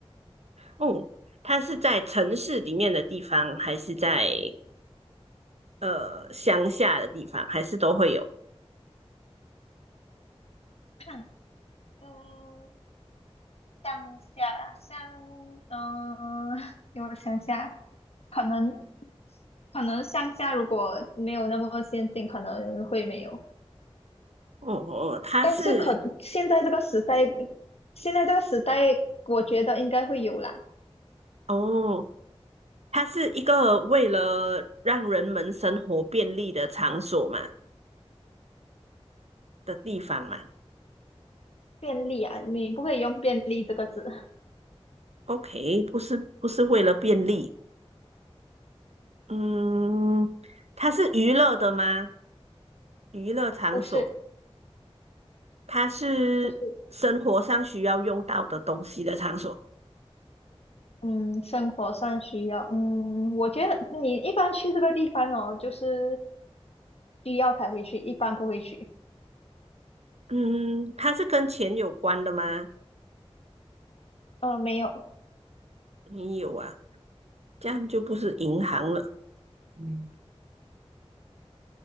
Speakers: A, on the right; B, on the left.
A: 哦，它是在城市里面的地方，还是在？呃乡下的地方，还是都会有。
B: <clears throat> 嗯，乡下乡，嗯，<laughs> 给我想下，可能可能乡下如果没有那么先进，可能会没有。
A: 哦哦，它是
B: 但是可现在这个时代，现在这个时代，我觉得应该会有啦。
A: 哦，它是一个为了让人们生活便利的场所嘛的地方嘛。
B: 便利啊，你不可以用便利这个字，
A: OK，不是不是为了便利，嗯，它是娱乐的吗？娱乐场所，
B: 不是
A: 它是生活上需要用到的东西的场所。
B: 不是，嗯，生活上需要，嗯，我觉得你一般去这个地方哦，就是需要才会去，一般不会去。
A: 嗯，它是跟钱有关的吗？
B: 呃，没有，
A: 没有啊，这样就不是银行了。嗯，